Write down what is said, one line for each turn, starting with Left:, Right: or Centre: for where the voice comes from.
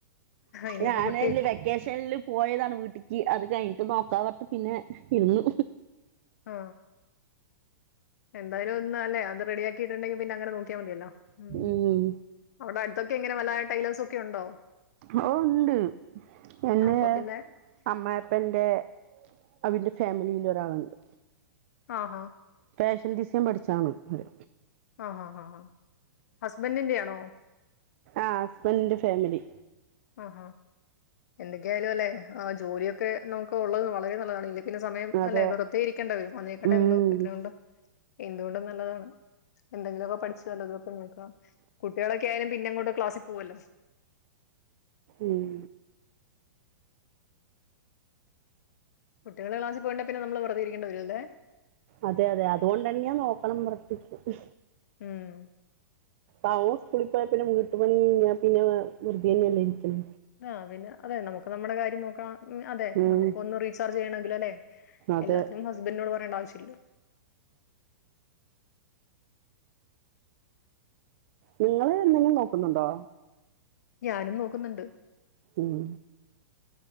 Left: ഇനിയിപ്പോ
Right: ഞാനെല്
Left: കുട്ടി
Right: വെക്കേഷനില് പോയതാണ് വീട്ട് ജി അത് കഴിഞ്ഞിട്ട് നോക്കാന്ന് പറന്ട്ട് പിന്നെ ഇന്ന്
Left: ആ എന്തായാലും ഒന്നല്ലേ അത് റെഡിയാക്കിട്ടിട്ടുണ്ടെങ്കി പിന്നങ്ങനെ നോ <unintelligible> മതിയല്ലോ മ്മ്
Right: ഉം
Left: അവിടടുത്തൊക് ക്കെങ്ങനേ വല്ല ടൈലോസൊക്കെ ഉണ്ടോ
Right: ഓ ഇണ്ട് എൻ്റെ
Left: അപ്പൊ പിന്നെ
Right: അമ്മായിപ്പൻ്റെ അവരടെ ഫാമിലിയിലൊ ഒരാളെണ്ട്
Left: ആഹാ
Right: ഫാഷൻ ഡിസൈൻ പഠിച്ചാണ് ഒരു
Left: ആ ആ ഹാ ഹാ ആ ഹസ്ബന്റിന്റെ ആണോ
Right: ആ ഹസ്ബന്റിന്റെ ഫാമിലി
Left: ആഹാ എന്തൊക്കെയായാലും അല്ലെ ആ ജോലിയൊക്കെ നമുക്ക് ഉള്ളത് വളരെ നല്ലതാണല്ലേ പിന്നെ സമയം
Right: അതെ
Left: അല്ലെ വെറുതെ ഇരിക്കേണ്ട വരും അന്നേക്കട്ടെ
Right: ഉം
Left: എന്തോ എത്ര കൊണ്ടും എന്തുകൊണ്ടും നല്ലതാണ് എന്തെങ്കിലുമ ഒക്കെ പഠിച്ചാലോതൊക്കെ നോക്ക കുട്ടികളൊക്കെ ആയാലും പിന്നെ അങ്ങോട്ട് ക്ലാസ് പോവല്ലോ
Right: ഉം
Left: കുട്ടികള് ക്ലാസി പോയിണ്ട പിന്നെ നമ്മള് വെറുതെ ഇരിക്കേണ്ടി വരും അല്ലേ
Right: അതെ അതെ അതുകൊണ്ട് തന്നെയാ നോക്കണംന്നു പറഞ്ഞിട്ടിരിക്കണത്
Left: ഉം
Right: അവൻ സ്കൂളി പോയ പിന്നെ വീട്ടു പണി കഴിഞ്ഞാ പിന്നെ വെറുതെ തന്നെയല്ലേ ഇരിക്കല്
Left: ആഹ പിന്നെ അതെ നമുക്ക് നമ്മുടെ കാര്യം നോക്കാം ഉം അതെ
Right: ഉം
Left: നമുക്ക് ഒന്ന് റീചാർജ് ചെയ്യണെ ഇല്ല ലെ
Right: അതെ
Left: എല്ലാത്തിനും ഹസ്ബന്റ്നോട് പറ ചോദിക്കേണ്ട ആവശ്യില്ലല്ലോ
Right: നിങ്ങള് എന്തെങ്കിലും നോക്കുന്നുണ്ടോ
Left: ഞാനും നോക്കുന്നണ്ട്
Right: ഇം